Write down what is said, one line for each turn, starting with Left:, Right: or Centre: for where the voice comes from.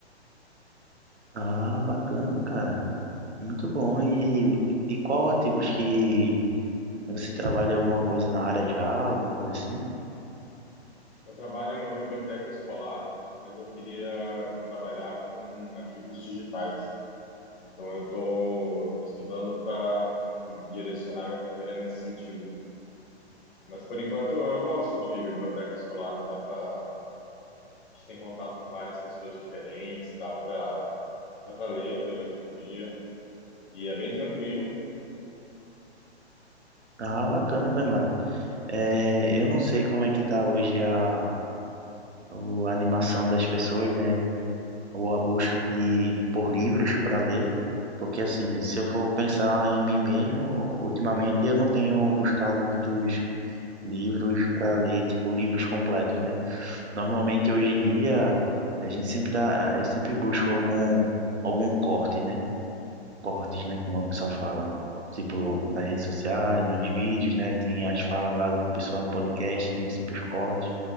Right: Ah, bacana, cara. Muito bom. E, e qual ativos que Você trabalha em alguma coisa na área já, alguma coisa assim?
Left: Eu trabalho em uma biblioteca escolar, mas eu queria trabalhar com arquivos digitais. Então eu estou estudando para direcionar minha carreira nesse sentido. Mas por enquanto eu gosto de biblioteca escolar, dá para a gente tem contato com várias pessoas diferentes, dá para dá para ler durante o dia e é bem tranquilo.
Right: Ah, bacana, Danglar. É, eu não sei como é que tá hoje a, o- a animação das pessoas, né? Ou a busca de por livros para ler, porque assim, se eu for pensar em mim mesmo, ultimamente eu não tenho buscado muitos livros para ler, tipo livros completos, né? Normalmente hoje em dia a gente sempre tá, eu sempre busco algum algum corte, né? cortes, né? Como a pessoa fala. Tipo, nas redes sociais, nos vídeos, né? Tem as falas lá do pessoal no podcast, tem sempre os cortes.